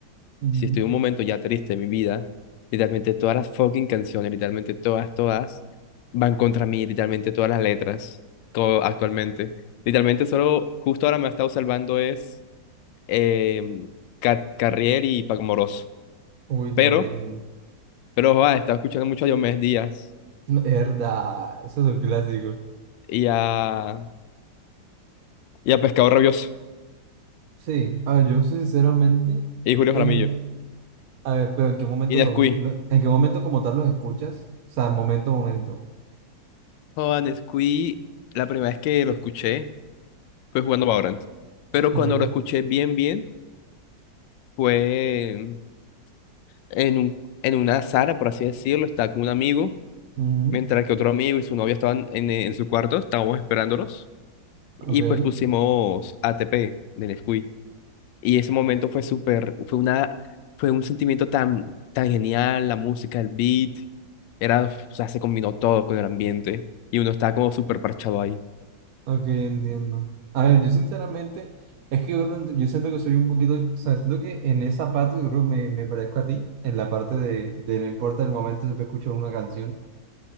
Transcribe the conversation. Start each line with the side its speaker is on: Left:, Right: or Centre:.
Right: ujú.
Left: si estoy en un momento ya triste de mi vida, literalmente todas las fucking canciones, literalmente todas, todas, van contra mí, literalmente todas las letras, co- actualmente. Literalmente solo, justo ahora me ha estado salvando es eh, Ca- Carrier y Paco Moroso.
Right: Uy,
Left: Pero,
Right: tremendo.
Left: pero, va, he estado escuchando mucho a Diomedes Díaz
Right: No, verdad, eso es un clásico.
Left: y a, y a Pescado Rabioso
Right: Sí, a ver, yo sinceramente,
Left: y Julio
Right: eh,
Left: Jaramillo
Right: a ver, pero ¿en qué momento
Left: y Nescuí.
Right: los, lo- en qué momento como tal los escuchas? O sea, momento, momento.
Left: Joder, Nescuí, la primera vez que lo escuché fue jugando Valorant. Pero
Right: Ok,
Left: cuando lo escuché bien, bien, fue en un, en una sala, por así decirlo, estaba con un amigo,
Right: ujú,
Left: mientras que otro amigo y su novia estaban en, en su cuarto, estábamos esperándolos, y
Right: ok,
Left: pues pusimos ATP de Nesquik. Y ese momento fue súper, fue una, fue un sentimiento tan, tan genial, la música, el beat, era, o sea, se combinó todo con el ambiente, y uno estaba como súper parchado ahí.
Right: ok, entiendo. A ver, yo sinceramente, es que yo, creo- yo siento que soy un poquito, o sea, siento que en esa parte yo creo que me, me parezco a ti, en la parte de, de no importa el momento, siempre escucho una canción.